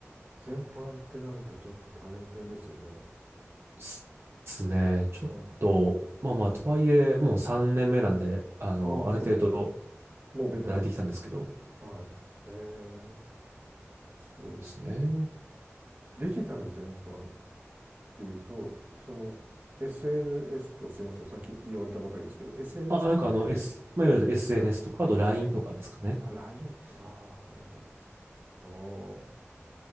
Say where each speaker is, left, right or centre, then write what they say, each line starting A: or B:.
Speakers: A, on the right; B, on the right.
A: 全般ってなるとちょっと大変ですよね。
B: すですね。ちょっと、
A: はい。
B: まあまあ、とはいえ、もう3年目なんで、あの、
A: ああ、
B: ある程度
A: そうですか。もうベテランですね。
B: 慣れてきたんですけど、
A: はい。へえ、すごいですね。
B: ですね。
A: デジタル全般っていうと、その SNS と、すいません、さっき言われたばかりですけど、SNS
B: あ、なんかあの、
A: と、
B: S、まあ、いわゆる SNS
A: はい。
B: とか、あと LINE とかですかね。で
A: あ、l i ああ、なるほど。